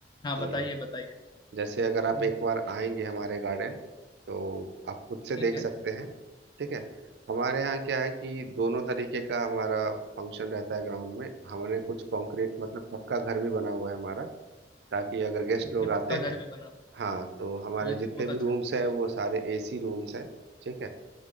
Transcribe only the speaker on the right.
जी
जैसे अगर आप
एक बार आएंगे हमारे गार्डन तो आप खुद से
देख
सकते हैं ठीक है हमारे यहाँ क्या है कि दोनों तरीके का हमारा फंक्शन रहता है ग्राउंड में हमने कुछ कंक्रीट मतलब पक्का घर भी बना हुआ है हमारा ताकि अगर गेस्ट
लोग आते
हैं
हाँ तो हमारे
जितने
भी
रूम्स
हैं वो सारे एसी रूम्स हैं ठीक है